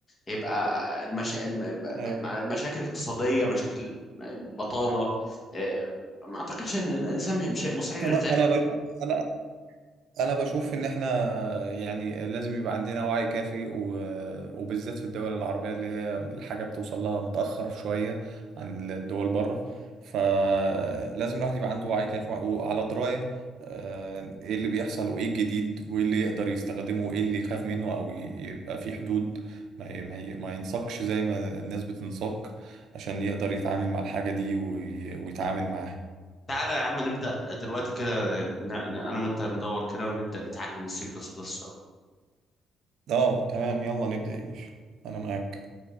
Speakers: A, on the left (about 35°); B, on the right (about 75°).
A: هيبقى المشا... الم-
B: أيوة
A: م-
B: طبعا
A: م- مشاكل اقتصادية مشاكل بطالة آه، ما اعتقدش ان الانسان مش مستحيل
B: انا
A: يرتاح
B: انا ب... انا انا بشوف ان احنا يعني لازم يبقى عندنا وعي كافي و- وبالذات في الدول العربية اللي هي الحاجة بتوصل لها متأخر شوية عن الدول بره فلازم الواحد يبقى عنده وعي كافي وعلى دراية آه، ايه اللي بيحصل وايه الجديد وايه اللي يقدر يستخدمه وايه اللي يخاف منه او ي- يبقى في حدود ما ي- ما ي- ما ينساقش زي ما الناس بتنساق عشان يقدر يتعامل مع الحاجة دي وي- ويتعامل معاها
A: تعالى يا عم نبدأ دلوقتي كده ن... ن- انا وانت ندور كده ونبدأ نتعلم السي بلس بلس
B: اه تمام يلا نبدأ يا باشا انا معاك